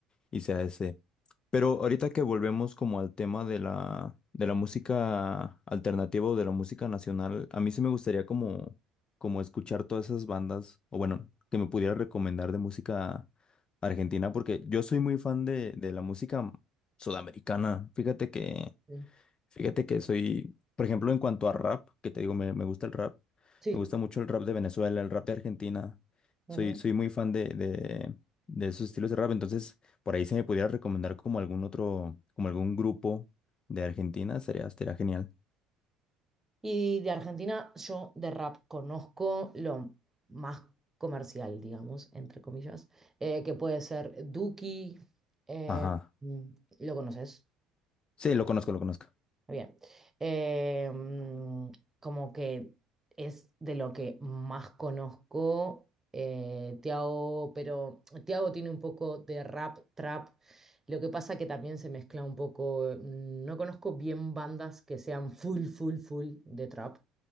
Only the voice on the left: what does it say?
y sea ese. Pero ahorita que volvemos como al tema de la, de la música alternativa o de la música nacional, a mí sí me gustaría como, como escuchar todas esas bandas, o bueno, que me pudiera recomendar de música argentina, porque yo soy muy fan de, de la música sudamericana. Fíjate que
Fíjate que soy, por ejemplo, en cuanto a rap, que te digo, me, me gusta el rap,
me gusta mucho el rap de Venezuela, el rap de Argentina,
soy, soy muy fan de, de, de esos estilos de rap, entonces por ahí si me pudiera recomendar como algún otro, como algún grupo de Argentina, sería, estaría genial.
Ajá,
sí, lo conozco, lo conozco.